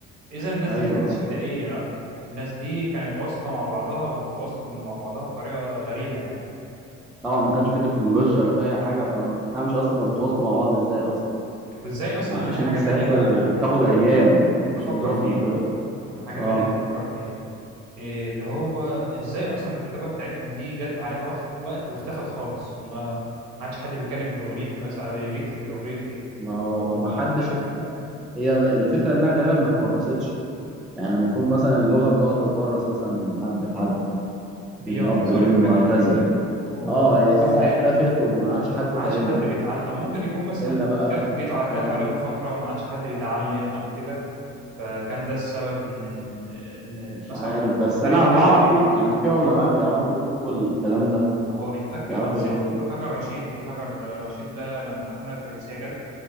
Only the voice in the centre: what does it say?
ايوه
آه.
طبعا ما كانش في تكنولوجيا ولا في اي حاجة فما تفهمش اصلا فبتواصلوا مع بعض ازاي اصلا
انت
عشان
تسافر
بتاخد
ايام
عشان تروح
منطقة
اه
ما هو
ما
حدش
ات- هي الفكرة انها غالبا ما اتورثتش يعني المفروض مثلا اللغة بتقعد تتورث مثلا من حد لحد من
أب لابن
وهكذا
اه هي فجأة اختفت وما عادش حد
فاهمها
إلا بقى
اه
مش
عارف بس
أنا
اللي
أعرف في يعني في علماء بيعرفوا يفكوا الكلام ده
بيعرفوا
يقولوا الكلام